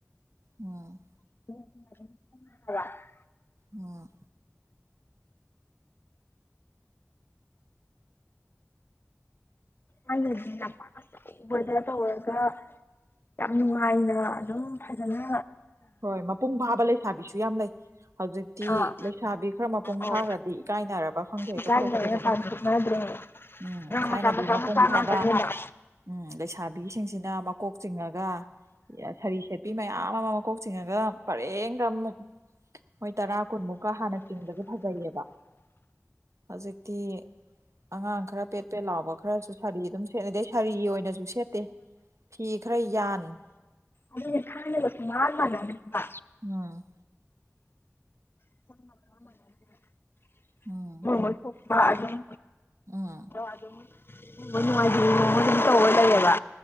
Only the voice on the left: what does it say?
<inaudible>
ꯑꯩꯅꯗꯤ ꯂꯝꯄꯥꯛ ꯑꯆꯧꯕꯗ ꯇꯧꯔꯒꯥ ꯌꯥꯝ ꯅꯨꯡꯉꯥꯏꯅ ꯑꯗꯨꯝ ꯐꯥꯖꯅ
ꯑꯥ
ꯑꯧ
ꯏꯀꯥꯏ
ꯂꯩꯔꯦ ꯄꯥꯡꯊꯣꯛꯅꯗ꯭ꯔꯦꯕ
ꯑꯉꯥꯡ
ꯃꯆꯥ ꯃꯆꯥ
ꯃꯆꯥ
ꯉꯥꯛꯇꯅꯦꯕ
ꯑꯗꯨ ꯊꯥꯏꯅꯒ ꯁꯃꯥꯟ ꯃꯥꯟꯅꯗ꯭ꯔꯦꯕ
<unintelligible>
ꯃꯣꯏ ꯃꯣꯏ ꯊꯣꯛꯄ ꯑꯗꯨꯝ
ꯑꯗꯨꯝ ꯅꯨꯡꯉꯥꯏꯇ <unintelligible> ꯑꯗꯨꯝ ꯇꯧꯔꯒ ꯂꯩꯌꯦꯕ